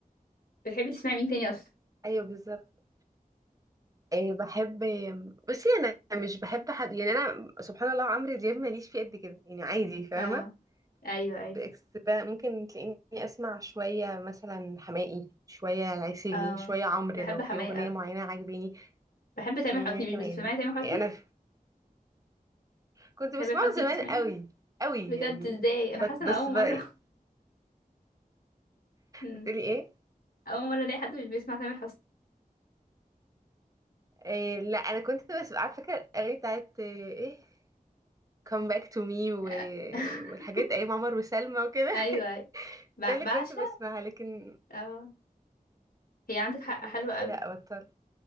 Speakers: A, on the left; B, on the right.
A: بتحبي تسمعي مين تاني اصلا
B: ايوه بالظبط إيه بحب بصي انا مش بحب حد يعني انا سبحان الله عمرو دياب
A: مم.
B: ماليش فيه قد كده يعني عادي فاهمه
A: اه ايوه ايوه
B: بالعكس بقى ممكن تلاقيني اسمع شويه مثلا حماقي شويه العسيلي
A: اه
B: شويه عمرو
A: بحب
B: لو
A: حماية
B: في اغنيه
A: قوي
B: معينه عاجباني
A: بحب تامر
B: أمم،
A: حسني
B: كمان
A: مش بتسمعي تامر حسني
B: انا كنت
A: تامر
B: بسمعه
A: حسني
B: زمان
A: بتسمعيه
B: قوي قوي
A: بجد
B: يعني
A: ازاي
B: بس
A: انا حاسه
B: بس
A: ان اول
B: بقى
A: مره
B: إيه؟
A: مم.
B: بتقولي ايه؟
A: اول مره الاقي حد مش بيسمع تامر حسني
B: إيه لا انا كنت بس على فكره الاغاني بتاعت ايه come back to me و...
A: آه، <laughs>
B: والحاجات ايام عمر وسلمى وكده
A: ايوه
B: <laughs>
A: ايوه ب-
B: ده اللي
A: بعشق
B: كنت بسمعها لكن
A: اه هي عندك حق
B: لكن
A: حلوه
B: دلوقتي
A: قوي
B: لا بطلت